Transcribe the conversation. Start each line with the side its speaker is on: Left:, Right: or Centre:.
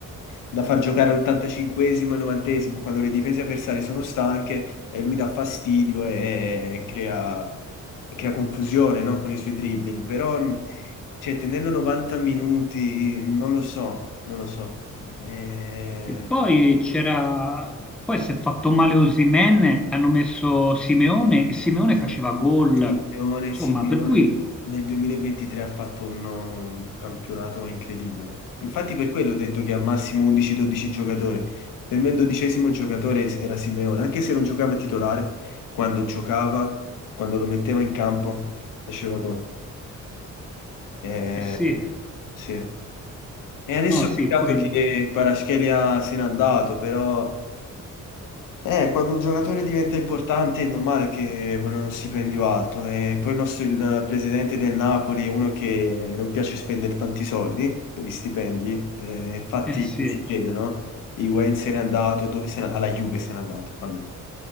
Left: da far giocare all'85esimo e al 90esimo, quando le difese avversarie sono stanche e lui dà fastidio e, e crea, e crea confusione, no? Con i suoi dribbling. Però, mh, cioè, tenerlo 90 minuti, mm, non lo so, non lo so. Eh,
Centre: E poi c'era, poi si è fatto male Osimhen, e hanno messo Simeone e Simeone faceva gol.
Left: Simeone,
Centre: Insomma,
Left: Simeone
Centre: per cui,
Left: nel 2023 ha fatto un, un campionato incredibile. Infatti per quello ho detto che al massimo 11-12 giocatori. Per me il dodicesimo giocatore era Simeone, anche se non giocava titolare, quando giocava, quando lo metteva in campo, faceva gol. Eh,
Centre: eh sì,
Left: sì. E adesso
Centre: no, sì,
Left: peccato
Centre: poi,
Left: che Kvaratskhelia se n'è andato, però Eh, quando un giocatore diventa importante è normale che vuole uno stipendio alto e poi il nostro il presidente del Napoli è uno che non piace spendere tanti soldi per gli stipendi, eh, infatti
Centre: eh sì.
Left: si vede, no? Higuain se n'è andato, dove se n'è? Alla Juve se n'è andato, vabbè.